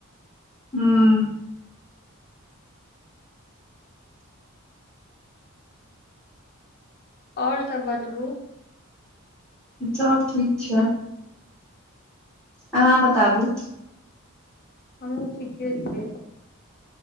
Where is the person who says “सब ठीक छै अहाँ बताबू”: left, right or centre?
Centre